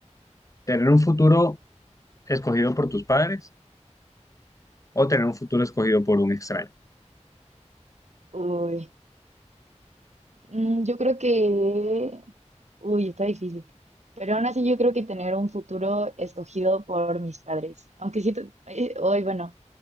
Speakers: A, on the left; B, on the right.
A: ¿Tener un futuro escogido por tus padres o tener un futuro escogido por un extraño?
B: Uy, mm, yo creo que... Uy, está difícil. Pero aún así yo creo que tener un futuro escogido por mis padres. Aunque sí, hoy, bueno.